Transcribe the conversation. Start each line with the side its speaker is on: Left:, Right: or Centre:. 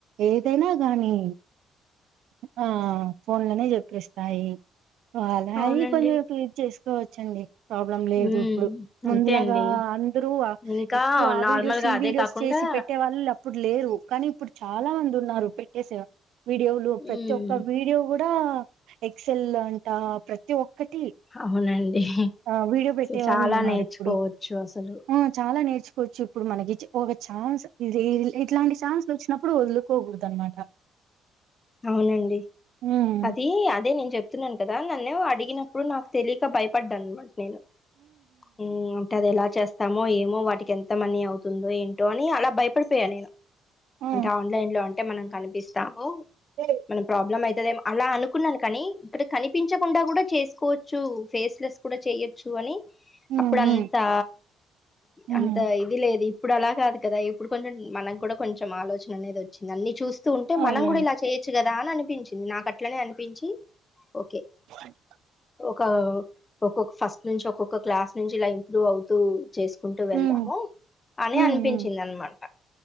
Right: ఏదైనా గాని ఆ ఫోన్ లోనే చెప్పిస్తాయి. <unintelligible>
Left: అవునండి
Right: చేసుకోవచ్చండి ప్రాబ్లం లేదు
Left: హ్మ్
Right: ఇప్పుడు ముందులాగా
Left: అంతే అండి
Right: అందరూ
Left: ఇంకా
Right: ఎక్కువ ఆ
Left: నార్మల్గా
Right: వీడియోస్ ఈ
Left: అదే
Right: వీడియోస్
Left: కాకుండా
Right: చేసి పెట్టే వాళ్ళు ఇప్పుడు లేరు కానీ ఇప్పుడు చాలా మంది ఉన్నారు పెట్టేస వీడియోలు
Left: హ్మ్
Right: ప్రతి ఒక్క వీడియో కూడా <unintelligible> ఎక్సల్ అంటా ప్రతి ఒక్ ఒకటి
Left: అవునండి
Right: ఆ వీడిో పెట్టే
Left: అసలు
Right: వాళ్ళు
Left: చాలా
Right: ఉన్నారు
Left: నేర్చుకోవచ్చు
Right: ఇప్పుడు
Left: అసలు
Right: ఆ చాలా నేర్చుకోవచ్చు ఇప్పుడు మనకి ఒక ఛాన్స్ ఇది ఇట్లాంటి ఛాన్స్ వచ్చినప్పుడు వదులుకోకూడదు అనమాట.
Left: అవునండి
Right: ఉమ్
Left: అది అదే నేను చెప్తున్నాను కదా నన్ను అడిగినప్పుడు నాకు తెలియక భయపడ్డా అనమాట నేను. ఉమ్ అంటే అది ఎలా చేస్తామో ఏమో వాటికి ఎంత మనీ అవుతుందో ఏంటో అని అలా భయపడిపోయాను నేను
Right: ఆ
Left: అంటే ఆన్లైన్ లో అంటే మనం కనిపిస్తాము
Right: ఆ
Left: మన ప్రాబ్లం అయి <unintelligible> అలా అనుకున్నాను కానీ ఇప్పుడ కనిపించకుండా గూడా చేసుకోవచ్చు ఫేస్ లెస్ కూడా చేయొచ్చు అని
Right: ఉమ్
Left: అప్పుడు అంతా
Right: ఉమ్ హ్మ్
Left: అంత ఇది లేదు ఇ ఇప్పుడు అలా కాదు కదా ఇప్పుడు కొంచెం మనకు కూడా కొంచెం ఆలోచన అనేది వచ్చింది అన్ని చూస్ స్తూంటే
Right: అవునవును
Left: మనం గూడా ఇలా చేయొచ్చు కదా అని అనిపించింది. నాకు అట్లనే అనిపించి ఓకే
Right: <unintelligible>
Left: ఒక ఒక్కొక్క ఫస్ట్ నుంచి ఒక్కొక్క క్లాస్ నుంచి ఇలా ఇంప్రూవ్ అవుతూ చేసుకుంటూ వెళ్దాము
Right: హ్మ్
Left: అని
Right: హ్మ్
Left: అనిపించింది
Right: హ్మ్
Left: అనమాట